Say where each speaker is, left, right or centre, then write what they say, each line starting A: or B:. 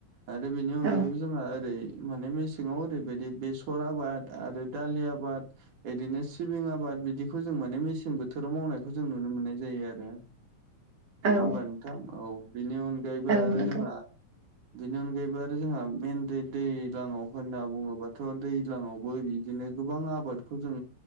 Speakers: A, on the right; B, on the right.
A: आरो बेनि अनायैबो
B: औ
A: जोंहा एरै माने मेसेङाव ओरैबादि बे सर आबाद आरो दालि आबाद बिदिनो सिबिं आबाद बिदिखौ जों माने मेसें बोथोराव मावनायखौ जों नुनो मोननाय जायो आरो नङा
B: औ नंगौ
A: ओमबा नोंथां औ बेनि अनगायैबो
B: औ
A: आरो
B: मोनो
A: जोंहा बेनि अनगायैबो आरो जोंहा मेन दै दैलाङाव होनना बुङोबाथ' दै ज्लाङावबो बिदिनो गोबां आबादखौ जों